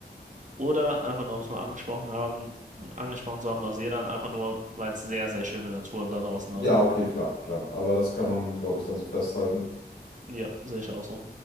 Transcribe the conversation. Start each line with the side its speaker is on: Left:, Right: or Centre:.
Right: oder einfach nur, um es mal angesprochen haben, angesprochen zu haben, Neuseeland, einfach nur, weil es sehr, sehr schöne Natur da draußen
Left: Ja,
Right: hat.
Left: okay, klar, klar. Aber das kann man, glaube ich, dann so festhalten.
Right: Ja, sehe ich auch so.